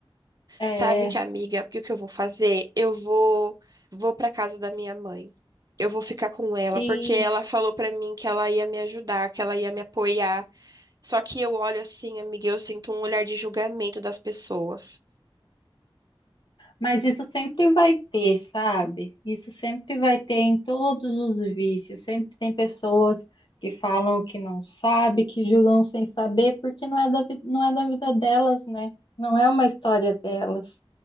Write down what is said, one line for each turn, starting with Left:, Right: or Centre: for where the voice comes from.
Left: É,
Right: Sabe que amiga, porque o que eu vou fazer? Eu vou vou para casa da minha mãe. Eu vou ficar com ela
Left: isso.
Right: porque ela falou pra mim que ela ia me ajudar, que ela ia me apoiar. Só que eu olho assim, amiga, e eu sinto um olhar de julgamento das pessoas.
Left: Mas isso sempre vai ter, sabe? Isso sempre vai ter em todos os vícios. Sempre tem pessoas que falam que não sabe, que julgam sem saber, porque não é da, vi- não é da vida delas, né? Não é uma história delas.